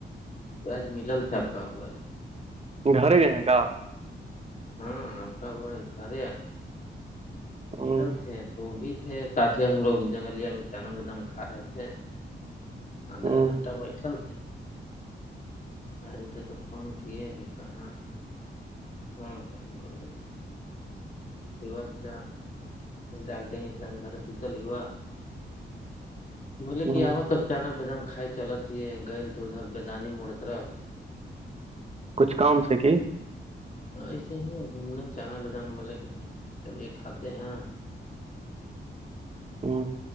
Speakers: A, on the left (about 45°); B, on the right (about 30°).
A: بج ملل تھا آپپ
B: گھر گئے ہیں کا
A: ہاں آپ کا بس گھر
B: ہ
A: ملل تھ وہ بھی تھے ساتھ ہی ہم لوگ جنگلیہ میں چنا بدام کھا رہے تھے آدھا
B: ہ
A: ایک گنٹہ بیٹھل آل تھے تو فون کیے کہ کہاں ہاں تو ہم کا نہیں ہیوا اچھا ڈالتے ہیں اسل گھر سوتل ہیوا <inaudible> بولے
B: ہ
A: کہ آبا تب چنا بیدام کھائے چل تے گئے تھی ادھر بیدانی مڑ طرف
B: کچھ کام سے کہ
A: ہاں ایسے ہی گھومنے چانا بادام بے کے چلیے کھاتے ہیں
B: ہوں